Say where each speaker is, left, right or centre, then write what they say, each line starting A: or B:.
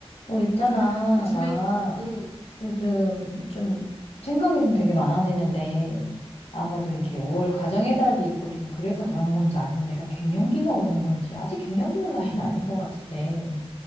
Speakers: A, on the left (about 70°); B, on the left (about 85°).
A: 어, 있잖아.
B: 아, 요즘에,
A: 나
B: 응,
A: 요즘
B: 응,
A: 좀 생각이 좀 되게 많아지는데 아마도 이렇게 5월
B: 어,
A: 가정의 달이 있고 좀 그래서 그런 건지 아니면 내가 갱년기가 오는 건지 아직 갱년기 올 나이는 <laughs> 아닌 것 같은데